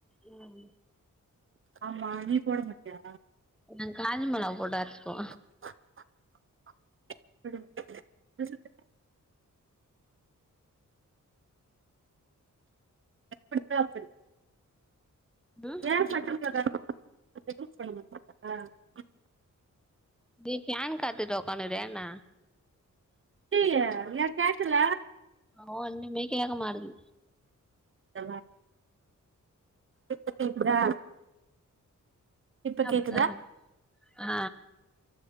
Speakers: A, in the centre; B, on the right.
A: ம்
B: ஆமா நீ போட மாட்டியா
A: நா காஞ்ச மிளக போட்ட அரச்சுக்கோ
B: <unintelligible> எப்டிதா அப்டி
A: ம்
B: ஏ <unintelligible>
A: நீ கேன் காத்துட்டு உட்காந்துரிய என்ன
B: இல்லையே ஏ கேக்கல
A: ஆ ஓன்னுமே கேக்க மாட்டேது
B: நல்லா இப்ப கேட்குதா இப்ப
A: அப்டிதா
B: கேக்குதா
A: இருக்கு ஆ